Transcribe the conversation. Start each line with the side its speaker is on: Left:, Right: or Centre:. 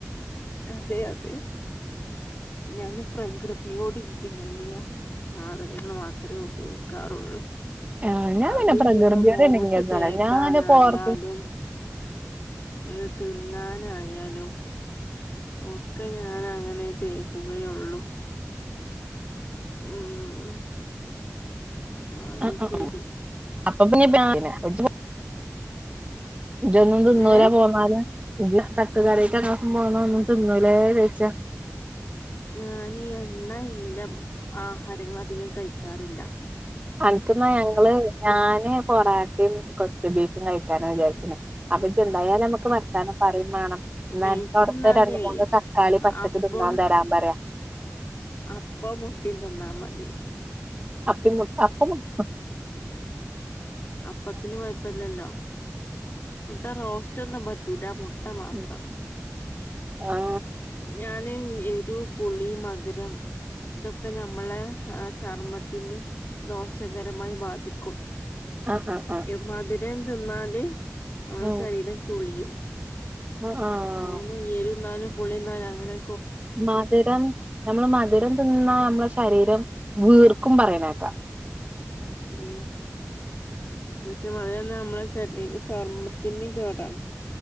Left: അതെ അതെ. ഞാന് പ്രകൃതിയോട് ഇണങ്ങിയ സാധനങ്ങള് മാത്രെ ഉപയോയ് ക്കാറൊള്ളൂ.
Right: ആഹ് ഞാൻ
Left: അത്ഞ്ഞിപ്പോ
Right: പിന്നെ പ്രകൃതിയോട്
Left: മോത്ത്
Right: ഇണങ്ങിയതാണ്
Left: തേക്കാനായാലും
Right: ഞാന് പോർത്ത്
Left: അത് ത് ന്നാനായാലും. ഒക്കെ ഞാനങ്ങനെ തേക്കുകയൊള്ളൂ. ഉം അഅ്‌
Right: ആഹ് ആഹ്
Left: ശെരി.
Right: അപ്പൊ പിന്നെ <unintelligible> ഇജോന്നും ത് ന്നൂലാ
Left: ഏ
Right: പോന്നാല് ഇജ്ജ് തട്ടുകടേക്ക് ഞങ്ങളപ്പം പോന്നാ ഒന്നും ത് ന്നൂലെ ചോയ്ച്ച്ആ.
Left: ഞാനീ എണ്ണ ഇല്ല ആഹാരങ്ങൾ അധികം കയ്ക്കാറില്ല.
Right: അൻക്ന്നാ ഞങ്ങള് ഞാന് പൊറാട്ടിം കൊത്ത്ബീഫും കഴിക്കാനാ വിചാരിക്ക്ണ് അപ്പ ഇജ്ജ്ണ്ടായാല് അമ്മക്ക് വർത്താനം പറയും വാണം. ന്നാ അൻക്
Left: ഇച്ച്ന്നാലേ
Right: അവ്ട്തെ രണ്ട് മൂന്ന് തക്കാളി പച്ചക്ക്
Left: അപ്പം
Right: ത് ന്നാൻ തരാം പറയാ.
Left: അപ്പം മുട്ടിം ത് ന്നാമതി.
Right: അപ്പിം മു അപ്പം മു അ
Left: അപ്പത്തിന് കൊയ്പല്ല്യല്ലോ മുട്ടറോസ്റ്റോന്നും പ റ്റൂല മുട്ട മാത്രം.
Right: ഉം ആഹ്
Left: ഞാന് എരൂ പുളി മധ് രം ഇതൊക്കെ ഞമ്മളെ ആഹ് ചർമ്മത്തിന് ദോഷകരമായി ബാധിക്കും.
Right: ആഹ് അ.
Left: മതിരം ത് ന്നാല് ഞമ്മളെ
Right: ഉം
Left: ശരീരം ചുളിയും.
Right: ആഹ് ആഹ്
Left: അങ്ങനെ എരുന്നാലും പുളിന്നാലും അങ്ങനെ
Right: മത് രം ഞമ്മള് മത് രം ത് ന്നാ അമ്മള ശരീരം വ്ർക്കും പറണേക്ക.
Left: ഉം. പക്ഷെ മത് രന്നാ മ്മളെ ശരീര ചർമ്മത്തിന് കേടാണ്.